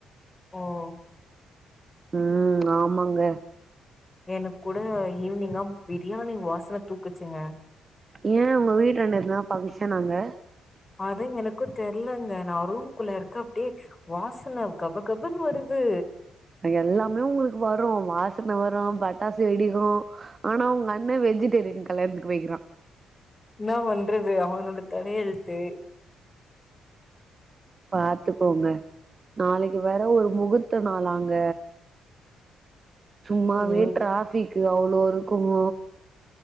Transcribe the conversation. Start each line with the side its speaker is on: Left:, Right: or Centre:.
Left: ஓ
Right: ம் ஆமாங்க
Left: எனக்கு கூட ஈவினிங்கா பிரியாணி வாசனை தூக்குச்சுங்க
Right: ஏன் உங்க வீட்டாண்ட எதுனா ஃபங்கஷன் நாங்க
Left: அது எனக்கும் தெரியலங்க நான் ரூமுக்குள்ள இருக்கேன் அப்டியே வாசனை கப கபனுவருது
Right: எல்லாமே உங்களுக்கு வரும் வாசனை வரும் பட்டாசு வெடிக்கும் ஆனா உங்க அண்ணே வெஜிடேரியன் கல்யாணத்துக்கு வைக்கிறான்
Left: என்ன பண்றது அவனோட தலையெழுத்து
Right: பாத்துக்கோங்க நாளைக்கு வேற ஒரு முகுர் த்தனாளாங்க சும்மாவே
Left: ம்
Right: டிராஃபி க் அவ்வளோ இருக்கும்